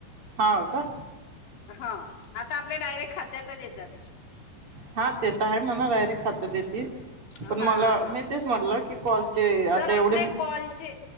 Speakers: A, on the right; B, on the left.
A: हा हो का.
B: हा आता आपल्या डायरेक्ट खात्यातच येत जातील.
A: हा ते तर आहे मला डायरेक्ट खातं देतील
B: हा
A: पण मला
B: हा
A: मी तेच म्हटलं की कॉलचे
B: जर
A: आता
B: आपले
A: एवढे
B: कॉलचे